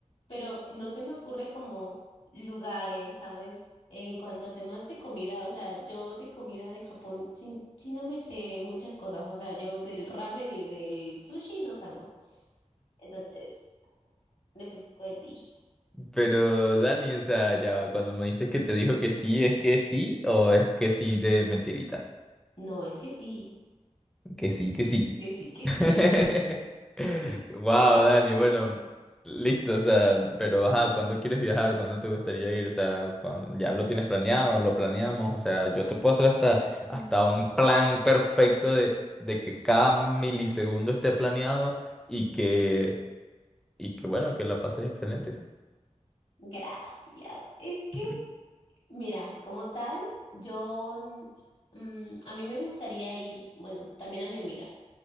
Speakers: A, on the left; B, in the centre.
A: pero no se me ocurre como lugares, ¿sabes? En cuanto a temas de comida, o sea, yo de comida de Japón sí, sí no me sé muchas cosas, o sea, yo del ramen y del sushi no salgo. Entonces, necesito de ti.
B: Pero Dani, o sea, ya va, cuando me dices que te dijo que sí, ¿es que sí o es que sí de mentirita?
A: No, es que sí,
B: Que sí, que sí.
A: que sí, que
B: <laughs>
A: sí, sí.
B: Wow, Dani, bueno, listo, o sea, pero ajá, ¿cuándo quieres viajar? ¿Cuándo te gustaría ir? O sea, ¿cuándo- ¿ya lo tienes planeado? ¿Lo planeamos? O sea, yo te puedo hacer hasta,
A: Mm.
B: hasta un plan perfecto de, de que cada milisegundo esté planeado y que y que bueno, que la pases excelente.
A: Gracias. Es que
B: <laughs>
A: Mira, como tal, yo, mm, a mí me gustaría ir, bueno, también a mi amiga,